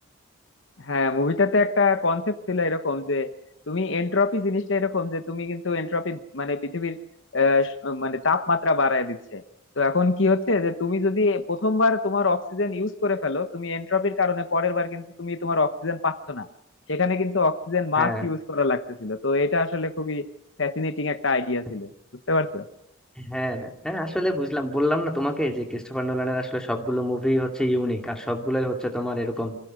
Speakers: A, on the left (about 60°); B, in the centre.
A: হ্যাঁ মুভিটাতে একটা কনসেপ্ট ছিল এরকম যে তুমি এন্ট্রপি জিনিসটা এরকম যে তুমি কিন্তু এন্ট্রপি মানে পৃথিবীর আহ, স- মানে তাপমাত্রা বাড়ায় দিচ্ছে তো এখন কি হচ্ছে যে তুমি যদি প্রথমবার তোমার অক্সিজেন ইউজ করে ফেলো তুমি এন্ট্রপির কারণে পরের বার কিন্তু তুমি তোমার অক্সিজেন পাচ্ছ না সেখানে কিন্তু অক্সিজেন মাস্ক
B: হ্যাঁ
A: ইউজ করা লাগতেছিল তো এটা আসলে খুবই ফ্যাসিনেটিং একটা আইডিয়া
B: হ্যাঁ।
A: ছিল বুঝতে পারছো
B: হ্যাঁ হ্যাঁ আসলে বুঝলাম বললাম না তোমাকে যে ক্রিস্টোফার নোলানের আসলে সবগুলো মুভি হচ্ছে ইউনিক আর সবগুলোই হচ্ছে তোমার এরকম